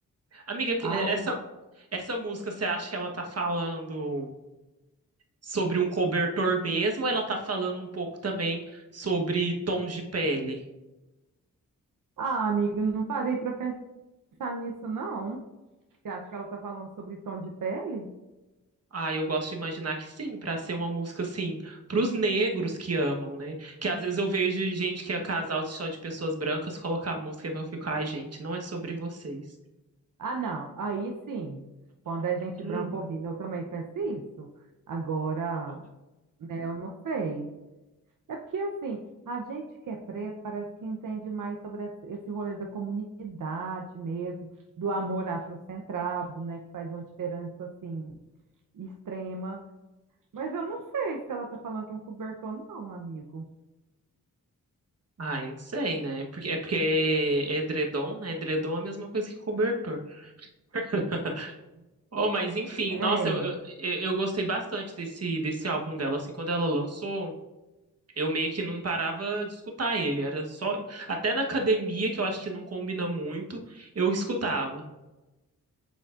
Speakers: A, on the right (about 50°); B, on the right (about 75°).
A: Amiga, que-
B: Ai,
A: eh, essa, essa música, você acha que ela tá falando sobre um cobertor mesmo, ou ela tá falando um pouco também sobre tons de pele?
B: ah, amigo, não parei para pensar nisso, não. Você acha que ela tá falando sobre tom de pele?
A: Ah, eu gosto de imaginar que sim, para ser uma música assim, para os negros que amam, né? Que às vezes eu vejo gente que é casal de só de pessoas brancas colocar a música e vão ficar, ai, gente, não é sobre vocês.
B: Ah, não. Aí sim. Quando é gente
A: Hum.
B: branca ouvindo, eu também penso isso. Agora, né, eu não sei. É porque, assim, a gente que é preto parece que entende mais sobre esse esse rolê da comunidade mesmo, do amor afrocentrado, né, que faz uma diferença, assim, extrema. Mas eu não sei se ela tá falando de um cobertor, não, amigo.
A: Ai, não sei, né? Porque é porque é edredom, né? Edredom é a mesma coisa que cobertor. <laughs> Oh, mas enfim,
B: É.
A: nossa, eu, eu, eu gostei bastante desse, desse álbum dela, assim, quando ela lançou, eu meio que não parava de escutar ele, era só, até na academia, que eu acho que não combina muito, eu escutava.